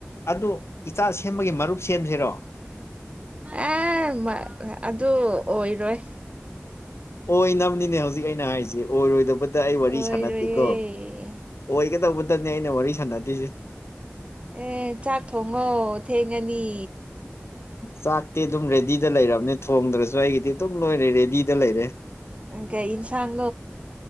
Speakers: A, on the left; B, on the right.
A: ꯑꯗꯨ ꯒꯤ ꯃꯔꯨꯞ ꯁꯦꯝꯁꯤꯔꯣ
B: ꯑꯦ ꯑꯗꯨ ꯑꯣꯏꯔꯣꯏ
A: ꯑꯣꯏ ꯅꯝꯅꯤꯅꯦ ꯍꯧꯖꯤꯛ ꯑꯩꯅ ꯍꯥꯏꯔꯤꯁ ꯑꯣꯏꯔꯣꯏꯗꯕ ꯑꯩ ꯋꯥꯔꯤ
B: ꯑꯣꯏꯔꯣꯏꯌꯦ
A: ꯁꯥꯟꯅꯗꯦꯀꯣ ꯑꯣꯏꯒꯗꯧꯕꯗꯅꯤ ꯑꯩꯅ ꯋꯥꯔꯤ ꯁꯥꯟꯅꯗꯣꯏꯁꯦ
B: ꯑꯦ ꯆꯥꯛ ꯊꯣꯡꯉꯣ ꯊꯦꯡꯉꯅꯤ
A: ꯆꯥꯛꯇꯤ ꯑꯗꯨꯝ ꯔꯦꯗꯤꯗ ꯂꯩꯔꯕꯅꯦ ꯊꯣꯡꯗ꯭ꯔꯁꯨ ꯑꯩꯒꯤꯗꯤ ꯑꯗꯨꯝ ꯂꯣꯏꯔꯦ ꯔꯦꯗꯤꯗ ꯂꯩꯔꯦ
B: ꯏꯪꯀ ꯏꯟꯁꯥꯥꯟ